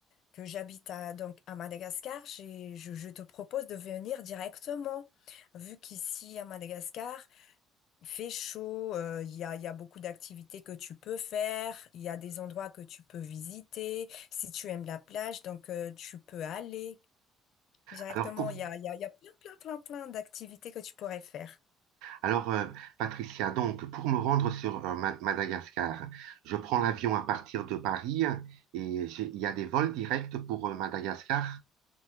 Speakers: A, on the left; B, on the right.
A: que j'habite à, donc à Madagascar, j'ai- je, je te propose de venir directement, vu qu'ici à Madagascar, il fait chaud, euh, il y a, il y a beaucoup d'activités que tu peux faire, il y a des endroits que tu peux visiter, si tu aimes la plage, donc euh, tu peux aller directement,
B: Alors, pour,
A: il y a, il y a, il y a plein, plein, plein, plein d'activités que tu pourrais faire.
B: alors euh, Patricia, donc, pour me rendre sur euh, Ma- Madagascar, je prends l'avion à partir de Paris et j'ai- il y a des vols directs pour euh, Madagascar.